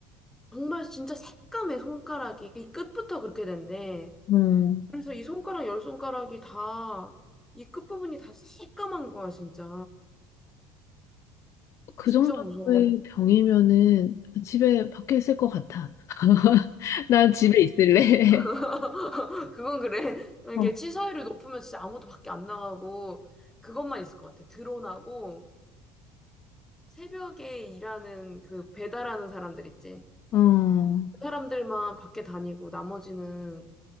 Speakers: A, in the centre; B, on the left (about 40°).
A: 정말 진짜 새까매 손가락이 이 끝부터 그렇게 된대.
B: 어,
A: 그래서 이 손가락 열 손가락이 다 이 끝부분이 다 새까만 거야 진짜.
B: 그
A: 진짜
B: 정도의
A: 무서워.
B: 병이면은 집에 밖에 있을 것 같아. <laughs> 난 집에 있을래.
A: <laughs> 그건 그래.
B: <laughs>
A: 이게 취사율이 높으면 진짜 아무도 밖에 안 나가고 그것만 있을 것 같아. 드론하고 새벽에 일하는 그 배달하는 사람들 있지.
B: 어, 어,
A: 그 사람들만 밖에 다니고 나머지는